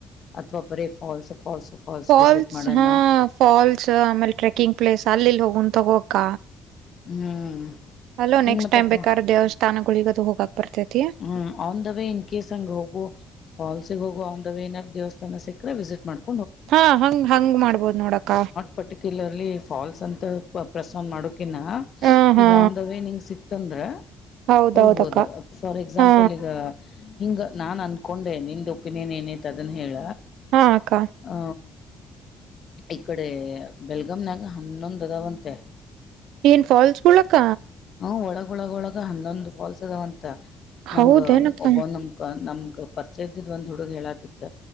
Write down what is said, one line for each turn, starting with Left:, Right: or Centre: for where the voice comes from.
Left: ಅಥವಾ ಬರೇ ಫಾಲ್ಸ್ ಫಾಲ್ಸ್
Right: ಫಾಲ್ಸ್
Left: ವಿಸಿಟ್ ಮಾಡೋನು
Right: ಹಾ ಫಾಲ್ಸ್ ಆಮೇಲೆ ಟ್ರೆಕಿಂಗ್ ಪ್ಲೇಸ್ ಅಲ್ಲಿಲ್ಲಿ ಹೋಗನ್ ತಗೋಕ
Left: ಹ್ಮ್
Right: ಅಲೋ ನೆಕ್ಸ್ಟ್
Left: ಈಗ ಮತ್ತೆ
Right: ಟೈಮ ಕಾದ್ರ ದೇವಸ್ಥಾನಗಳಗ ಅದು ಹೋಗಾಕ್ ಬರ್ತೈತಿ
Left: ಹ್ಮ್ on the way in case ಹಂಗ ಹೋಗು ಫಾಲ್ಸ್ ಗೆ ಹೋಗುವ ಇನ್ ದವೇ ಏನಾರ ದೇವಸ್ಥಾನ ಸಿಕ್ಕರೆೆ ವಿಸಿಟ್ ಮಾಡಬೇಕು
Right: ಹಾ ಹಂಗ್ ಹಂಗ್ ಮಾಡ್ಬೋದು ನೋಡಕ್ಕ
Left: ಪರ್ಟಿಕ್ಯುಲರ್ಲ ಆಗಿ ಫಾಲ್ಸ್ ಅಂತ ಪ್ರಸವಾದ್ ಮಾಡಕಿನ
Right: ಹ ಹಾ
Left: ಈಗ ಒಂದ ವೇ ನಿಂಗ ಸಿಕ್ತಂದ್ರ
Right: ಹೌದೌದಕ್ಕ
Left: ಹೋಗ್ಬೋದು ಫಾರ್ ಎಕ್ಸಾಂಪಲ್
Right: ಹಾ
Left: ಈಗ ಹಿಂಗ ನಾನು ಅನ್ಕೊಂಡೆ ನಿಂದು ಒಪಿನಿಯನ್ ಏನೈತ ಅದನ್ ಹೇಳ
Right: ಹಾ ಅಕ್ಕಾ
Left: ಹ ಈಕಡೆ ಬೆಳಗಾಂ ದಾಗಿ ಹನ್ನೊಂದ ಅದಾವಂತೆ
Right: ಏನ್ ಫಾಲ್ಸ್ ಗಳಕ್ಕ
Left: ಹ್ ಒಳಗೊಳಗ ಒಳಗ ಹನ್ನೊಂದು ಫಾಲ್ಸ್ ಅದಾವಂತ ನಂಗ
Right: ಹೌದೇನಕ್ಕ
Left: ಒಬ್ಬೊ ನಮ ನಮಗ ಪರ್ಚೆ ಇದ್ದಿದ್ ಒಂದ ಹುಡುಗ ಹೇಳತಿತ್ತ